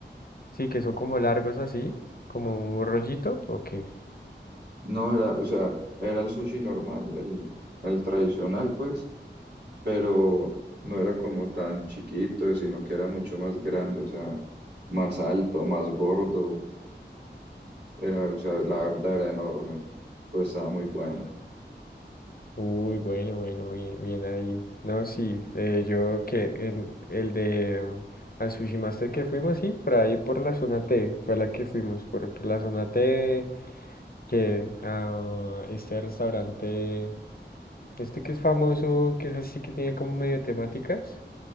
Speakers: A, on the left; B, on the right.
A: sí, que son como largos así, como un rollito, ok.
B: No era, o sea, era el sushi normal, el, el tradicional, pues pero no era como tan chiquito, sino que era mucho más grande, o sea, más alto, más gordo, era, o sea, la verdad era enorme, pero estaba muy bueno.
A: Ah. Uy, bueno, bueno, bien, bien ahí. No, sí, eh, yo que en el de eh, al Sushi Master que fuimos, sí, por ahí por la zona T, fue la que fuimos, por, por la zona T, que a este restaurante, este que es famoso, que es así que tiene como medio temáticas.